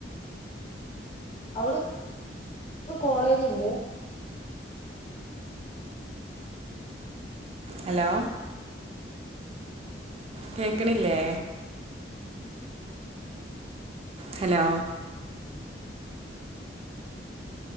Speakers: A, on the left (about 35°); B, on the right (about 35°).
A: അവിടെ കോളേജ് ഉണ്ടേ
B: ഹലോ കേക്കണില്ലേ ഹലോ